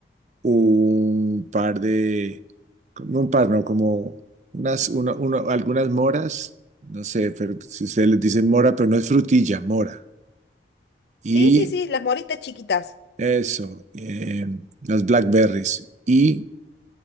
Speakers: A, on the right; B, on the left.
A: un par de, como un par, no, como unas, una, una- algunas moras, no sé, pero si ustedes les dicen mora, pero no es frutilla, mora. Y
B: Sí, sí, sí, las moritas chiquitas.
A: eso, eh, las blackberries. Y